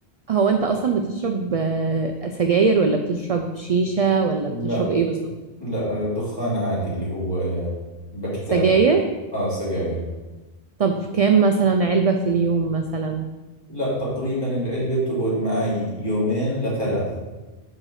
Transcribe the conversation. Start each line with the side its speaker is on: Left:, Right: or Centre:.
Right: هو أنت أصلا بتشرب آه، سجاير ولا بتشرب شيشة ولا
Left: لا
Right: بتشرب إيه بالظبط
Left: لا الدخان عادي اللي هو باكيتات
Right: سجاير
Left: آه سجاير
Right: طب كام مثلا علبة في اليوم مثلا
Left: لا تقريبا العلبة بتقعد معي يومين لثلاث